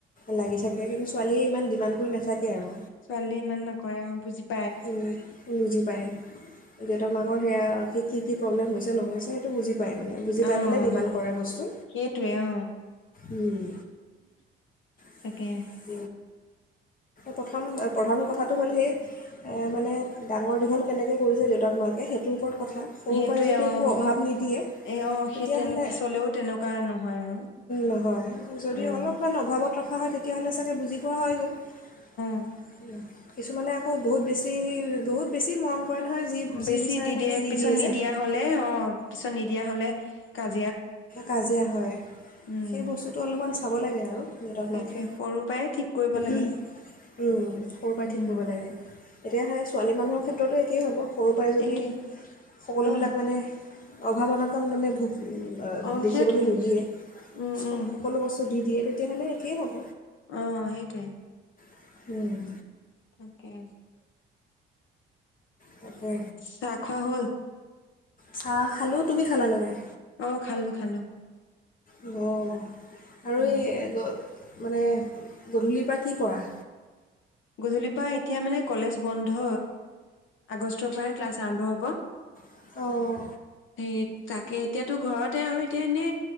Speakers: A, on the left; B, on the left.
A: লাগি থাকে কিন্তু ছোৱালীয়ে ইমান দিমান্ড কৰি নাথাকে আৰু।
B: ছোৱালী ইমান নকৰে অ বুজি <inaudible>
A: উ, বুজি পায়। দেউতাক মাকৰ সেয়াই আৰুনো কি। কি প্ৰব্লেম হৈছে নহয়ছে সেইটো বুজি পায় মানে বুজি পাই
B: অঁ
A: পেলাই ডিমাণ্ড কৰে বস্তু
B: সেইটোৱে অ
A: উম, <inaudible>
B: তাকে
A: প্ৰথম প্ৰধান কথাটো হ'ল হে, সেই মানে ডাঙৰ দীঘল কেনেকৈ কৰিলো, দেউতাক নুহোঁৱাকে। সেটোয়েই এটা কথা, সৰু
B: সেইটোৱে
A: পৰাই যদি
B: অ
A: একো অভাৱ নিদিয়ে
B: এ অ
A: তেতিয়া
B: সেই তেনে
A: হলে।
B: পিছলেও তেনেকুৱা নহয় আৰু
A: নহয় যদি
B: উম
A: অলপ মান অভাৱত ৰাখোঁ মহাদেৱ। তেতিয়া হ'লে চাগে বুজি পোৱা হ'ই গ'ল। <inaudible>
B: অ
A: কিছুমানে আকৌ বহুত বেছি বহুত বেছি মৰম কৰে নহয় যি
B: বেছি
A: যি বিচাৰে
B: দি
A: তাকে
B: দিয়ে। পিছত নিদিয়া
A: যে
B: হলে, অ পিছত নিদিয়া হলে। কাক?
A: কাজিয়া হয়,
B: উম
A: সেই বস্তুটো অলপমান। চাব লাগে আৰু। দেউতাক,
B: সেইটোৱে
A: মাকে।
B: সৰু পৰাই ঠিক কৰিব লাগে
A: উ, উ সৰু পৰাই
B: উম
A: ঠিক কৰিব লাগে। এতিয়া সেই ছোৱালী মানুহক ক্ষেত্ৰতো একেই হ'ব। সৰুৰ পৰাই যদি
B: একে
A: সকলোবিলাক
B: অ
A: মানে অভাৱ, অনাতন মানে ভু
B: অ
A: দেখিবলৈ
B: সেইটোৱে
A: নিদিয়ে।
B: উম
A: চব
B: উম
A: সকলো বস্তু যদি দিয়ে তেতিয়াহ'লে একেই হ'ব।
B: অ, সেইটোৱে।
A: <unintelligible> উম
B: তাকে
A: তাকে
B: চাহ খোৱা হ'ল।
A: চাহ খালোঁ তুমি খালা নে নাই?
B: অ খালো খালো।
A: অ আৰু
B: খালো
A: এই মানে, গধূলিৰ পৰা কি কৰা?
B: গধূলিৰ পৰা, এতিয়া মানে কলেজ বন্ধ আগষ্টৰ পৰাহে ক্লাছ আৰম্ভ হ'ব।
A: অঁ
B: সেই তাকে এতিয়াাতো ঘৰতে আৰু এতিয়া এনে